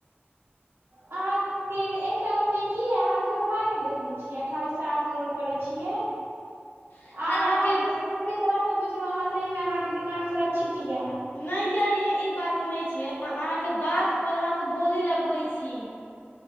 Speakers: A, on the right (about 85°); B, on the left (about 55°).
A: अहाँके एकटा उमे की यै अहाँके? हाँ नै देखने छियै, खाली सात करोड़ करै छियै।
B: अहाँके
A: आब अहाँ के से पुरी त रह सं बुझि गेलहुं अहाँ, सही मे अहाँके दिमाग थोड़ा छिट या।
B: नै यै ई बात नै छै। हम अहाँके बात पर अहाँके बोली लगबै छी।